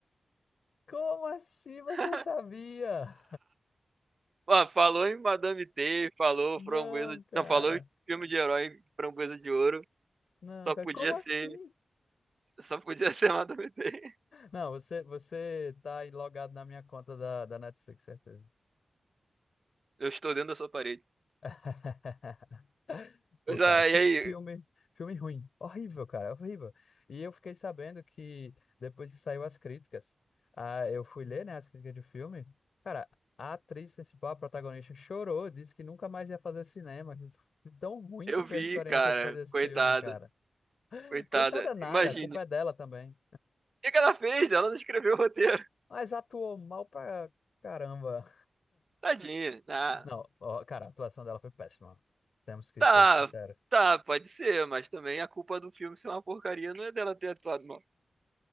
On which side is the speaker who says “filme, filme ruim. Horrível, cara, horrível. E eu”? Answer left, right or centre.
Left